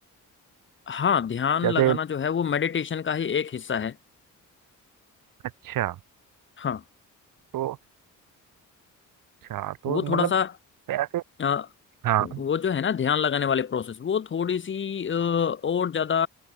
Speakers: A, on the left; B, on the right.
A: हाँ ध्यान
B: जैसे
A: लगाना जो है वो मेडिटेशन का ही एक हिस्सा है
B: अच्छा
A: हाँ
B: तो अच्छा तो
A: वो थोड़ा
B: मतलब
A: सा
B: ऐसे
A: अ,
B: हाँ
A: वो जो है ना ध्यान लगाने वाले प्रोसेस वो थोड़ी सी अ, और ज्यादा